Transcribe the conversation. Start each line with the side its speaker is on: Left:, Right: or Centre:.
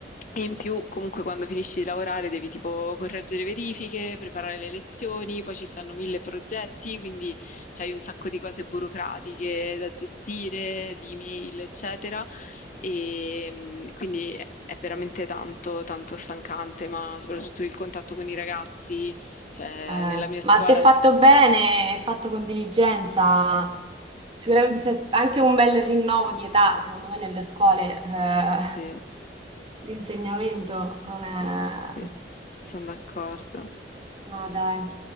Left: E in più, comunque, quando finisci di lavorare devi tipo correggere verifiche, preparare le lezioni, poi ci stanno mille progetti, quindi c'hai un sacco di cose burocratiche da gestire, di email, eccetera. Ehm, quindi è è veramente tanto, tanto stancante, ma soprattutto il contatto con i ragazzi, cioè
Right: Eh,
Left: nella mia scuola
Right: ma se fatto
Left: s-
Right: bene, e fatto con diligenza, Sicuramente c'è anche un bel rinnovo di età, secondo me nelle scuole eh,
Left: sì,
Right: l'insegnamento non è...
Left: sì, sì, sì, sono d'accordo.
Right: No, dai.